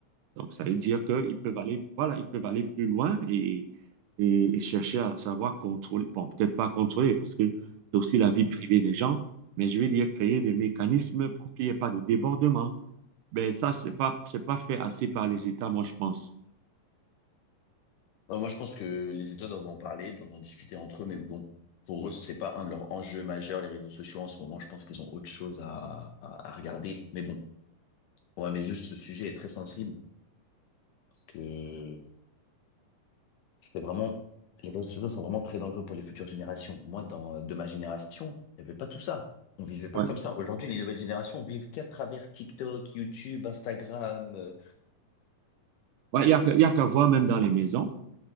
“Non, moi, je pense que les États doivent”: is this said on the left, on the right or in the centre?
Left